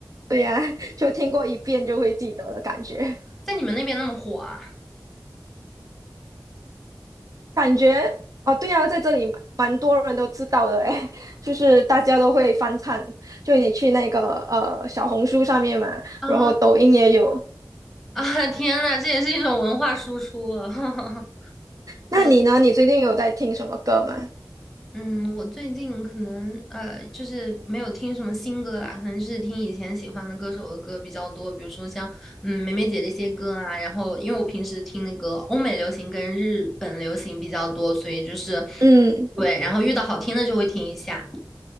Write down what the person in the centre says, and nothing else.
在你们那边那么火啊？
啊
啊！天呐，这也是一种文化输出啊！<laughs>
天
嗯，我最近可能呃，就是没有听什么新歌啦，可能就是听以前喜欢的歌手的歌比较多，比如说像嗯梅梅姐的一些歌啊，然后因为我平时听那个欧美流行跟日本流行比较多，所以就是
对，然后遇到好听的就会听一下。